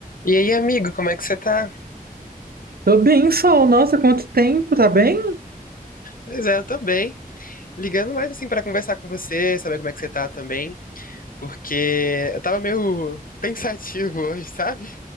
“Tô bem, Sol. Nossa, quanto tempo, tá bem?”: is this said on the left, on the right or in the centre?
Right